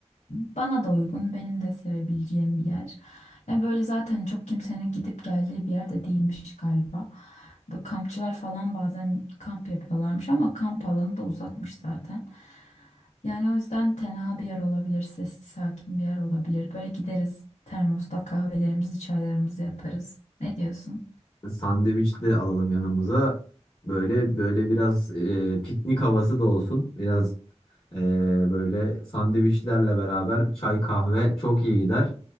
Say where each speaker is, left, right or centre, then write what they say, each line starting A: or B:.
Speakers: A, on the left (about 85°); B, on the left (about 50°).
A: bana da uygun benim de sevebileceğim bir yer. Yani böyle zaten çok kimsenin gidip geldiği bir yer de değilmiş galiba. Böyle kampçılar falan bazen kamp yapıyorlarmış ama kamp alanı da uzakmış zaten. Yani o yüzden tenha bir yer olabilir, sessiz sakin bir yer olabilir. Böyle gideriz termosta kahvelerimizi çaylarımızı yaparız. Ne diyorsun?
B: Sandviç de alalım yanımıza. Böyle böyle biraz e, piknik havası da olsun. Biraz Ee, böyle sandviçlerle beraber çay kahve çok iyi gider.